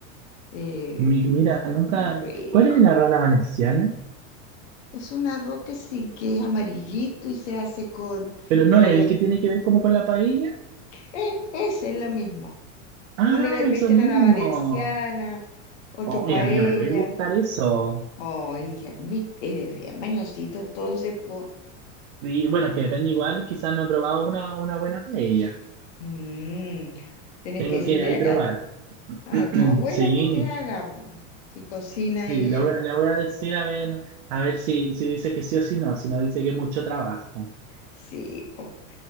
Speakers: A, on the left; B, on the right.
A: eh,
B: Mi- mira, nunca.
A: muy rico.
B: ¿Cuál es la rola valenciana?
A: Es un arroz que sí, que es amarillito y se hace con...
B: Pero no,
A: Bueno,
B: el que tiene que ver como con la paella.
A: Eh, ese es lo mismo.
B: Ah,
A: Que Uno le dicen
B: eso mismo.
A: a la valenciana, otro
B: Oye,
A: paella.
B: a mí no me puede gustar eso.
A: Oh, viste, eres bien mañosito, entonces, po.
B: Sí, bueno, que depende igual, quizás no he probado una, una buena paella.
A: Mm, tienes
B: Tengo
A: que decirle
B: que ahí
A: acá
B: probar.
A: a
B: <clears throat>
A: tu abuela
B: Sí,
A: que te haga, po. Si cocina
B: sí,
A: ella.
B: le voy, le voy a decir a ver, a ver si, si dice que sí o si no, si no dice que es mucho trabajo.
A: Sí, po.